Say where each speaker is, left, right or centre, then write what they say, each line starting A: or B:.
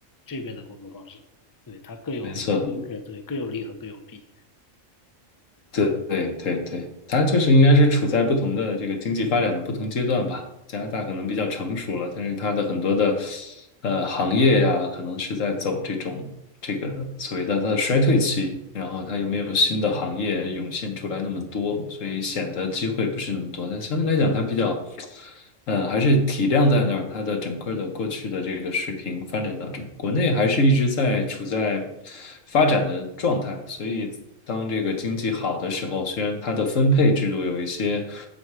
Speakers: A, on the left (about 20°); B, on the left (about 75°).
A: 这边的工作方式，对，它各有，
B: 没错。
A: 各对各有利和各有弊，
B: 对对对对，它就是应该是处在不同的这个经济发展的不同阶段吧。加拿大可能比较成熟了，但是它的很多的呃行业呀、可能是在走这种这个所谓的它的衰退期，然后它又没有新的行业涌现出来那么多，所以显得机会不是那么多。但相对来讲，它比较嗯，还是体量在那儿，它的整个的过去的这个水平发展到这儿，国内还是一直在处在发展的状态，所以当这个经济好的时候，虽然它的分配制度有一些，